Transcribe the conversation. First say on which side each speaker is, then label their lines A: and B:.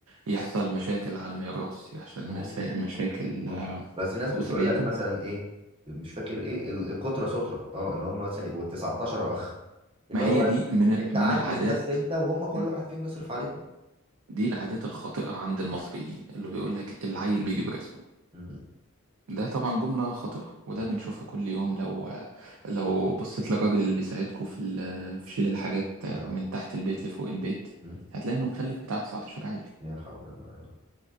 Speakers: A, on the right (about 80°); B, on the right (about 25°).
A: يحصل مشاكل على الميراث يحصل
B: ممكن
A: مسا- مشاكل
B: ممكن ممكن
A: آه،
B: بس ناس بتقول
A: أسرية
B: لك يعني مثلا ايه مش فاكر ايه ال- القطرة سترة اه ان هم مثلا يبقوا 19 اخ اللي
A: ما هي
B: هو
A: دي من ال...
B: انت
A: من
B: عجز
A: العادات
B: <laughs> بس انت وهم كل
A: مم.
B: واحد فيهم يصرف عليك بقى
A: دي العادات الخاطئة عند المصريين اللي بيقول لك العيل بيجي برزقه
B: مهم.
A: ده طبعا جملة خاطئة وده
B: اكيد
A: بنشوفها كل يوم لو لو بصيت للراجل اللي بيساعدكوا في ال... في شيل الحاجات
B: اه
A: من تحت البيت لفوق البيت
B: مم.
A: هتلاقي انه مخلف بتاع 19 عيل
B: يا حول الله يا رب